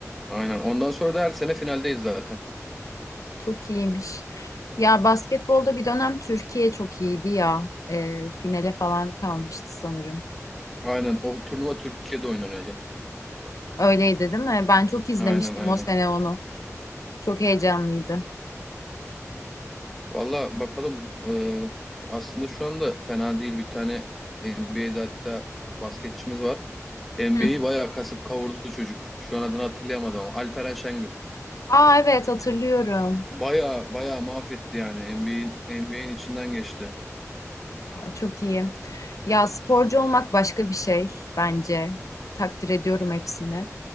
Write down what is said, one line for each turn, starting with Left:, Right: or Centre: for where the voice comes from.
Centre: Aynen. Ondan sonra da her sene finaldeyiz zaten.
Left: Çok iyiymiş. Ya basketbolda bir dönem Türkiye çok iyiydi ya. Ee, finale falan kalmıştı sanırım.
Centre: Aynen. O turnuva Türkiye'de oynanıyordu.
Left: Öyleydi değil mi? Ben çok izlemiştim
Centre: Aynen aynen.
Left: o sene onu. Çok heyecanlıydı.
Centre: Valla bakalım Ee, aslında şu anda fena değil bir tane NBA'de hatta basketçimiz var. NBA'yi
Left: Hı hı.
Centre: bayağı kasıp kavurdu çocuk. Şu an adını hatırlayamadım ama Alperen Şengül.
Left: Aa evet hatırlıyorum.
Centre: Bayağı bayağı mahvetti yani NBA'in NBA'in içinden geçti.
Left: Aa, çok iyi. Ya sporcu olmak başka bir şey bence. Takdir ediyorum hepsini.